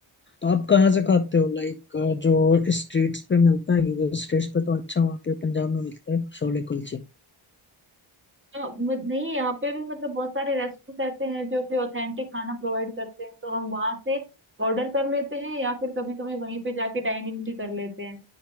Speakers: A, on the left (about 25°); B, on the right (about 25°).
A: तो आप कहाँ से खाते हो लाइक जो स्ट्रीट्स पे मिलता है क्योंकि स्ट्रीट्स पे तो अच्छा वहाँ पे पंजाब में मिलता है छोले कुलचे
B: अ, मु- नहीं यहाँ पे भी मतलब बहुत सारे रेस्टोरेंट ऐसे हैं जो कि ऑथेंटिक खाना प्रोवाइड करते हैं तो हम वहां से ऑर्डर कर लेते हैं या फिर कभी कभी वहीं पे जाके डाइनिंग भी कर लेते हैं